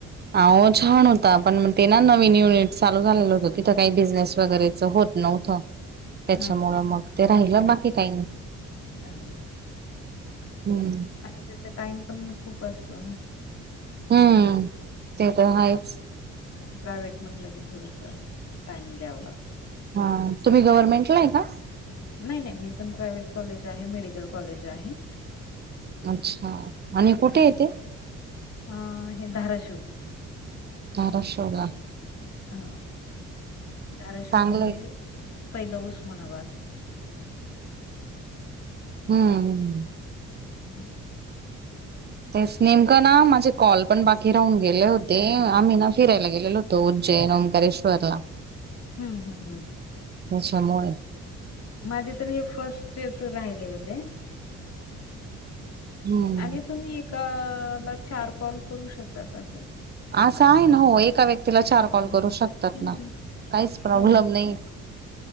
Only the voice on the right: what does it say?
आहो छान होता पण ते ना नवीन युनिट चालू झालेलं होत तिथं काही बिझनेस वगैरेच होत नव्हतं त्याच्यामुळं
मग ते राहिलं बाकी काही नाही
हम
हम ते तर आहेच
हा तुम्ही गव्हर्नमेंटला आहे का
अच्छा आणि कुठेय
ते
धारशिवला
चांगलंय
हम्म
तेच नेमकं ना माझे कॉल पण बाकी राहून गेले होते आम्ही ना फिरायला गेलेलो होतो जयराम करेश्वरला.
अच्छामुळे.
हम्म
असं आहे ना हो एका व्यक्तीला चार
कॉल करू शकतात
ना. काहीच प्रॉब्लेम
नाही.